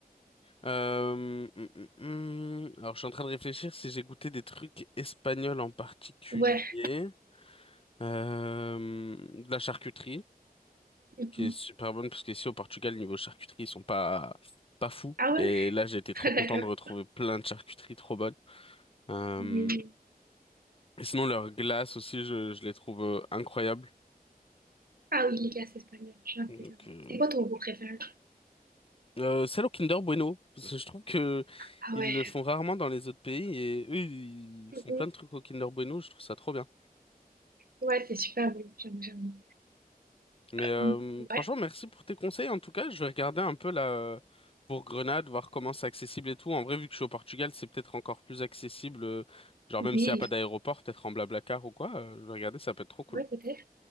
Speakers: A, on the left; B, on the right.
A: Euh, hum, hum, hum. Alors je suis en train de réfléchir si j'ai goûté des trucs espagnols en particulier.
B: Ouais.
A: Euh, de la charcuterie,
B: Mhm.
A: qui est super bonne, parce qu'ici au Portugal, niveau charcuterie, ils sont pas, pas fous.
B: Ah ouais?
A: Et là, j'ai été
B: <laughs>
A: trop
B: D'accord.
A: content de retrouver plein de charcuteries trop bonnes. Euh,
B: Oui.
A: et sinon, leurs glaces aussi, je, je les trouve euh, incroyables.
B: Ah oui, les glaces espagnoles, j'aime
A: Donc,
B: bien.
A: euh,
B: C'est quoi ton goût préféré?
A: Euh, celle au Kinder Bueno, parce que je trouve que
B: Ah
A: ils
B: ouais.
A: le font rarement dans les autres pays et eux ils
B: Mhm.
A: font plein de trucs au Kinder Bueno, je trouve ça trop bien.
B: Ouais, c'est super bon, j'aime, j'aime.
A: Mais
B: Euh,
A: euh,
B: ouais,
A: franchement, merci pour tes conseils. En tout cas, je vais regarder un peu là euh, pour Grenade, voir comment c'est accessible et tout. En vrai, vu que je suis au Portugal, c'est peut-être encore plus accessible. euh, genre
B: oui,
A: même s'il n'y a pas d'aéroport, peut-être en Blablacar ou quoi. euh, je vais regarder, ça peut être trop cool.
B: ouais, peut-être.